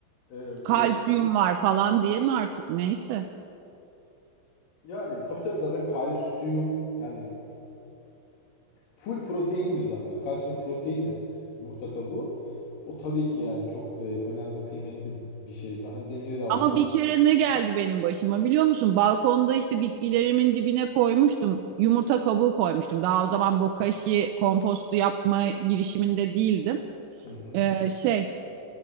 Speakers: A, on the left; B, on the right.
A: e, onu
B: Evet. Kalsiyum var falan diye mi artık neyse.
A: yani tabii tabii zaten kalsiyum yani full proteindir zaten. Kalsiyum proteindir yumurta kabuğu. O tabii ki yani çok e, önemli kıymetli bir şey zaten demiri de var.
B: Ama bir kere ne geldi benim başıma biliyor musun? Balkonda işte bitkilerimin dibine koymuştum. Yumurta kabuğu koymuştum. Daha o zaman bokashi kompostu yapma girişiminde değildim.
A: Hı hı.
B: Ee, şey